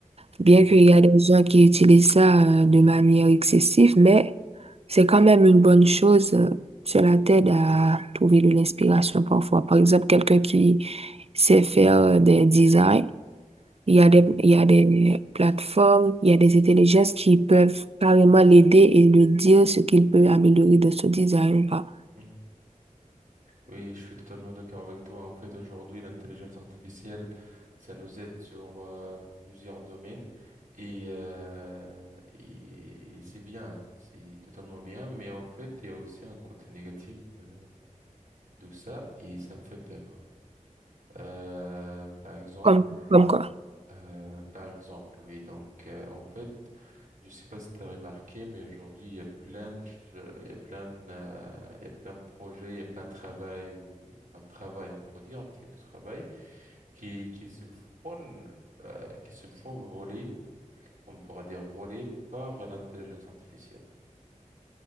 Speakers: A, on the right; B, on the right.
A: Bien
B: mhm, mhm,
A: qu'il y a des gens qui utilisent ça euh, de manière excessive, mais c'est quand même une bonne chose. euh, Cela t'aide à trouver de l'inspiration parfois. Par exemple, quelqu'un qui sait faire euh, des designs. Il y a
B: mhm,
A: des, il y a des plateformes, il y a des intelligences qui peuvent carrément l'aider et lui dire ce qu'il peut améliorer de ce design ou pas.
B: mhm. Oui, je suis totalement d'accord avec toi. En fait, aujourd'hui, l'intelligence artificielle, ça nous aide sur euh, plusieurs domaines et, euh, et, et c'est bien, c'est totalement bien. Mais en fait, il y a aussi un côté négatif euh, de ça et ça me fait peur. Euh, par exemple,
A: Comme, comme quoi.
B: euh, par exemple, oui. Donc, euh, en fait. Je sais pas si tu as remarqué, mais aujourd'hui, il y a plein de, ch- euh, il y a plein de, euh, il y a plein de projets, il y a plein de travail, ou, enfin, travail, on peut dire, type de travail, qui, qui se font, euh, qui se font voler, on pourra dire voler par l'intelligence artificielle.